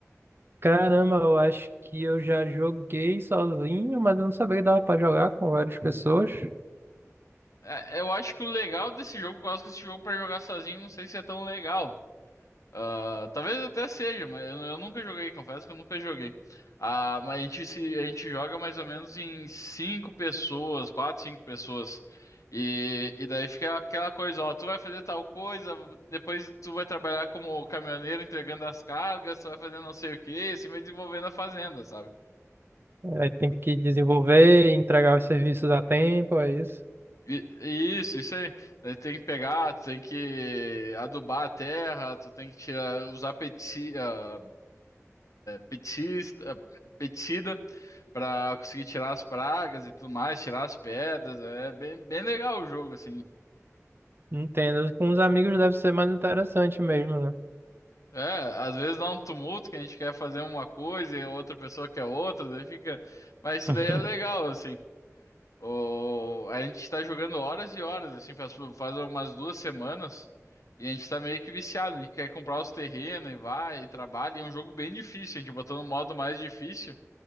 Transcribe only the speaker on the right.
Caramba, eu acho que eu já joguei sozinho, mas eu não sabia que dava pra jogar com várias pessoas.
Aí tem que desenvolver, entregar os serviços a tempo, é isso.
Entendo. Com os amigos deve ser mais interessante mesmo, né?
<laughs>